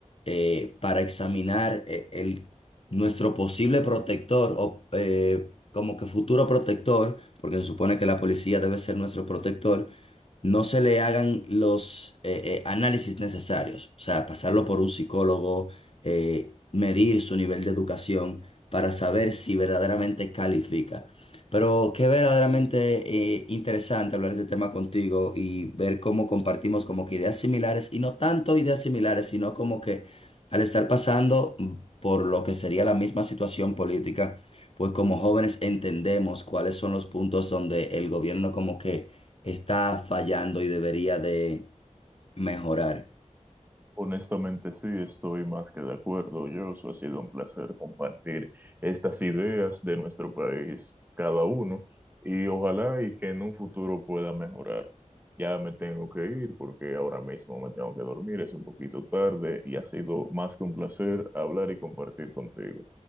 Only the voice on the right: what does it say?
Honestamente, sí, estoy más que de acuerdo. Yo, ha sido un placer compartir estas ideas de nuestro país, cada uno, y ojalá y que en un futuro pueda mejorar. Ya me tengo que ir porque ahora mismo me tengo que dormir, es un poquito tarde y ha sido más que un placer hablar y compartir contigo.